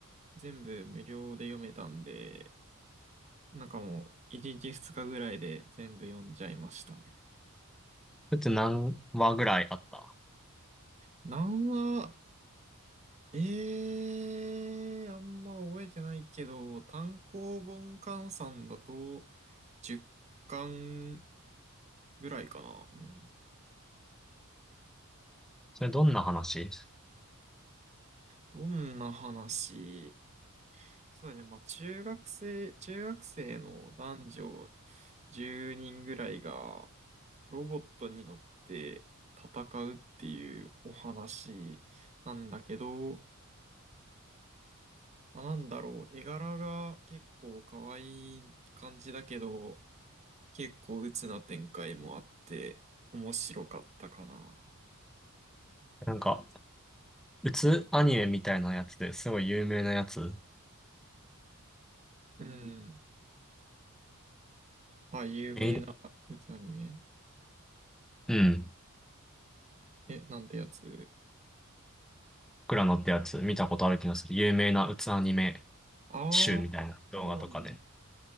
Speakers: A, on the right; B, in the centre.
A: 全部無料で読めたんで、なんかもう1日2日ぐらいで全部読んじゃいましたね。
B: それって何話ぐらいあった
A: 何話、ええー、あんま覚えてないけど、単行本換算だと10巻ぐらいかな。うん
B: それどんな話
A: どんな話そうだね。まあ、中学生、中学生の男女10人ぐらいがロボットに乗って戦うっていうお話なんだけど、まあ、なんだろう。絵柄が結構可愛い感じだけど、結構鬱な展開もあって面白かったかな。
B: なんか、うつアニメみたいなやつですごい有名なやつ。
A: うん。あ、有名な鬱アニメ。
B: メイドうん。
A: え、なんてやつ
B: クラノってやつ見たことある気がする。有名なうつアニメ
A: あ
B: 集みたいな動画とかで。
A: あ